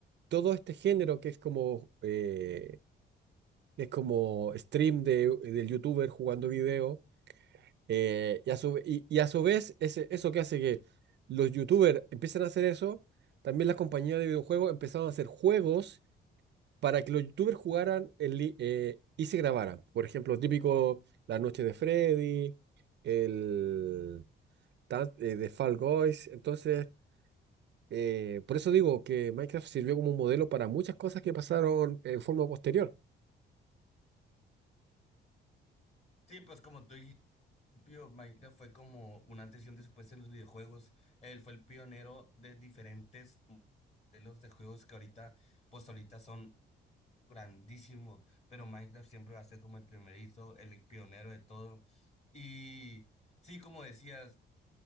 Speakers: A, on the right (about 60°); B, on the left (about 35°).
A: todo este género que es como, eh, es como stream de, del YouTuber jugando video eh, y, a su, y, y a su vez, ese, eso que hace que los youtubers empiecen a hacer eso, también las compañías de videojuegos empezaron a hacer juegos para que los youtubers jugaran en li- eh, y se grabaran. Por ejemplo, típico La Noche de Freddy, el tan- eh, de Fall Guys. Entonces, eh, por eso digo que Minecraft sirvió como un modelo para muchas cosas que pasaron en forma posterior.
B: Sí, pues como tú dijiste, Pío, Minecraft fue como un antes y un después en los videojuegos. Él fue el pionero de diferentes modelos de juegos que ahorita, pues ahorita son grandísimos, pero Minecraft siempre va a ser como el primerito, el pionero de todo. Y sí, como decías,